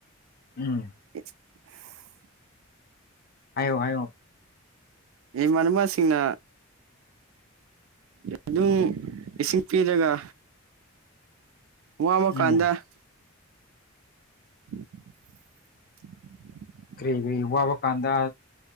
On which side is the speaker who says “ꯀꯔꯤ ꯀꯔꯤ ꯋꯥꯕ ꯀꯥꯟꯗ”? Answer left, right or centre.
Left